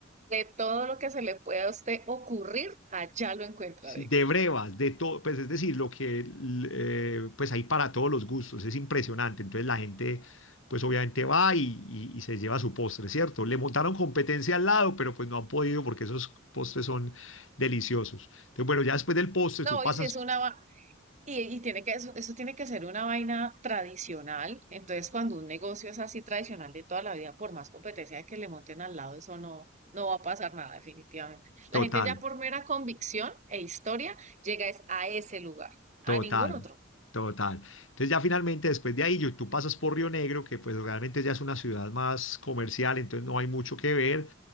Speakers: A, on the right; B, on the left.
A: de todo lo que se le pueda a usted ocurrir, allá lo encuentra,
B: Sí,
A: digo.
B: de brevas, de todo, pues es decir, lo que eh, pues hay para todos los gustos, es impresionante. Entonces la gente pues obviamente va y, y- y se lleva su postre, ¿cierto? Le montaron competencia al lado, pero pues no han podido porque esos postres son deliciosos. Entonces bueno, ya después del postre
A: No,
B: tú pasas
A: y si es una, Y, y tiene que, eso, eso tiene que ser una vaina tradicional. Entonces, cuando un negocio es así tradicional de toda la vida, por más competencia que le monten al lado, eso no, no va a pasar nada, definitivamente.
B: total,
A: La gente ya por mera convicción e historia llega es a ese lugar,
B: total,
A: a ningún otro.
B: total. Entonces ya finalmente después de ahí yo- tú pasas por Río Negro, que pues realmente ya es una ciudad más comercial, entonces no hay mucho que ver